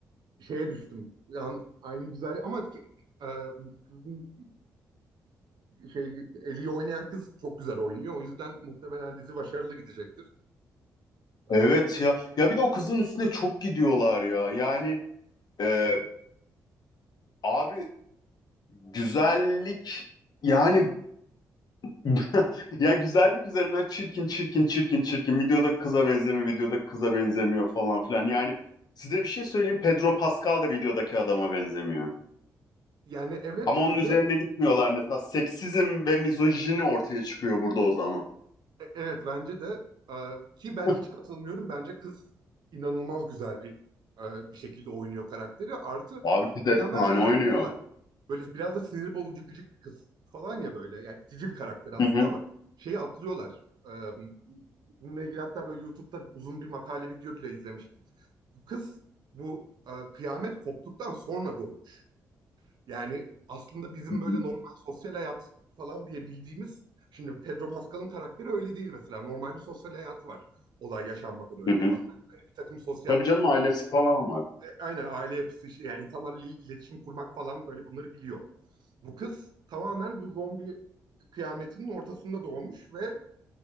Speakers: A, on the right; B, on the left.
A: şeye düştüm. Yani aynı güzel ama e, kızın şey Ellie'yi oynayan kız çok güzel oynuyor. O yüzden muhtemelen dizi başarılı gidecektir. Ee,
B: Evet ya. Ya bir de o kızın üstüne çok gidiyorlar ya. Yani Ee, abi güzellik yani <laughs> ya güzellik üzerinden çirkin çirkin çirkin çirkin videoda kıza benzemiyor videoda kıza benzemiyor falan filan. Yani size bir şey söyleyeyim Pedro Pascal da videodaki adama benzemiyor.
A: yani evet
B: Ama onun
A: bir
B: üzerine
A: de
B: gitmiyorlar mesela seksizm ve mizojini ortaya çıkıyor burada o zaman.
A: E- Evet bence de e, ki ben
B: <laughs>
A: hiç katılmıyorum. Bence kız inanılmaz güzel bir e, bir şekilde oynuyor karakteri. Artı
B: Abi kız
A: insanlar
B: efsane
A: şeyi
B: oynuyor.
A: atlıyorlar. Böyle biraz da sinir bozucu gıcık bir kız falan ya böyle. Yani itici bir karakter aslında
B: Hı hı.
A: ama şeyi atlıyorlar. E, bununla ilgili hatta böyle YouTube'da uzun bir makale video bile izlemiştim. Bu kız bu e, kıyamet koptuktan sonra doğmuş. Yani aslında bizim
B: Hı hı.
A: böyle normal sosyal hayat falan diye bildiğimiz, şimdi Pedro Pascal'ın karakteri öyle değil mesela. Normal bir sosyal hayatı var olay yaşanmadan önce.
B: Hı hı.
A: O yüzden hani bir takım sosyal,
B: Tabii canım ailesi falan var.
A: aynen aile yapısı işte yani insanlarla il- iletişim kurmak falan böyle bunları biliyor. Bu kız tamamen bu zombi kıyametinin ortasında doğmuş ve